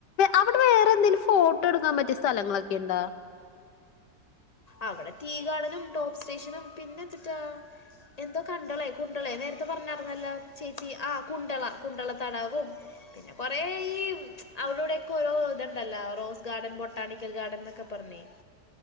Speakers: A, on the left (about 85°); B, on the left (about 55°).
A: അവിടെ വേറെ എന്തെലും ഫോട്ടോ എടുക്കാംപറ്റിയ സ്ഥലങ്ങളൊക്കെ ഇണ്ടോ
B: അവിടെ റ്റീ ഗാർഡനും ടോപ് സ്റ്റേഷനും പിന്നെ എതിറ്റാ എന്തോ കണ്ടളേ കുണ്ടളേ നേരത്തെ പറഞ്ഞായിരുന്നല്ലോ ചേച്ചി ആഹ് കുണ്ടള കുണ്ടള തടാകും പിന്നെ കുറേ ഈ അവിടെടെയക്കെ ഓരോ ഇത്ണ്ടല്ലോ റോസ് ഗാർഡൻ ബൊട്ടാണിക്കൽ ഗാർഡൻ എന്നൊക്കെ പറ്ഞ്ഞ്